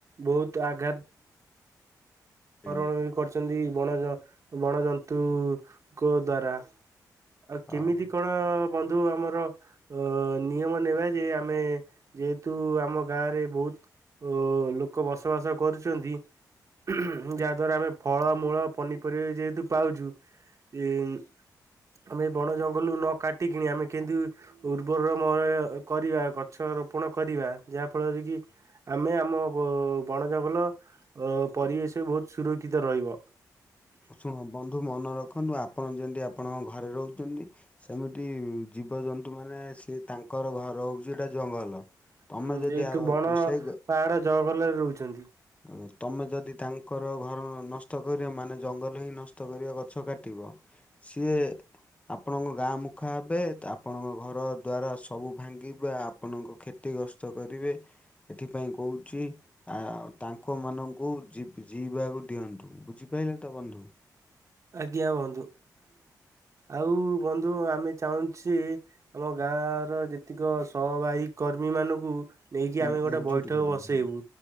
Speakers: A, on the right (about 45°); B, on the left (about 20°).
A: ବହୁତ ଆଘାତ
B: କିଣି
A: କର ଏ କରିଚନ୍ତି ବଣ ଜ ବଣଜନ୍ତୁ-ଉ-ଉ-ଉ ଙ୍କ ଦ୍ଵାରା। ଆଉ
B: ହଉ।
A: କେମିତି କଣ-ଅ-ଅ-ଅ ବନ୍ଧୁ ଆମର ଅ-ଅ-ଅ ନିୟମ ନେବା ଯେ ଆମେ ଯେହେତୁ ଆମ ଗାଁ ରେ ବହୁତ ଓ-ଓ-ଓ-ଓ ଲୋକ ବସବାସ କରୁଚନ୍ତି। ଯାହାଦ୍ୱାରା ଆମେ ଫଳମୂଳ ପନିପରିବା ଯେହେତୁ ପାଉଚୁ। ଇ-ଇ-ଇ ଆମେ ବଣ ଜଙ୍ଗଲରୁ ନ କାଟିକି ଆମେ କେମିତି ଉର୍ବରମ ଅ କରିବା ଗଛ ରୋପଣ କରିବା ଯାହାଫଳରେ କି ଆମେ ଆମ ଅ-ଅ-ଅ ବ ବଣ ଜଙ୍ଗଲ ଅ-ଅ ପରିବେଶ ବହୁତ ସୁରକ୍ଷିତ ରହିବ।
B: ଶୁଣ ବନ୍ଧୁ ମନେ ରଖନ୍ତୁ ଆପଣ ଯେମିତି ଆପଣଙ୍କ ଘରେ ରହୁଚନ୍ତି ସେମିତି-ଇ-ଇ ଜୀବଜନ୍ତୁମାନେ ସିଏ ତାଙ୍କର ଘର ହେଉଚି ଏଟା ଜଙ୍ଗଲ। ତମେ
A: ହୁଁ
B: ଯଦି
A: ଯେହତୁ
B: ଆଉ
A: ବଣ
B: ସେଇ
A: ପାହାଡ ଜଙ୍ଗଲରେ ରହୁଚନ୍ତି।
B: ହୁ ତମେ ଯଦି ତାଙ୍କର ଘର ନ ନଷ୍ଟ କରିବ ମାନେ ଜଙ୍ଗଲ ହିଁ ନଷ୍ଟ କରିବ ଗଛ କାଟିବ। ସିଏ ଆପଣଙ୍କ ଗାଁ ମୁଖା ହେବେ ତ ଆପଣଙ୍କ ଘର ଦ୍ୱାରା ସବୁ ଭାଙ୍ଗିବେ ଆପଣଙ୍କ କ୍ଷତିଗ୍ରସ୍ ତ କରିବେ ଏଥିପାଇଁ କହୁଚି ଆ ତାଙ୍କ ମାନଙ୍କୁ ଜିପ୍ ଜିଇ ବାକୁ ଦିଅନ୍ତୁ ବୁଝିପାଇଲେ ତ ବନ୍ଧୁ?
A: ଆଜ୍ଞା ବନ୍ଧୁ। ଆଉ ବନ୍ଧୁ ଆମେ ଚାହୁଁଚ୍ ଯେ ଆମ ଗାଁଆଁ ର ଯେତିକ ସହବାହି କର୍ମୀ ମାନଙ୍କୁ ନେଇକି
B: ହୁଁ
A: ଆମେ ଗୋଟେ
B: ଏକଜୁଟ
A: ବୈଠକ
B: କରିବେ
A: ବସେଇବୁ।
B: ହଁ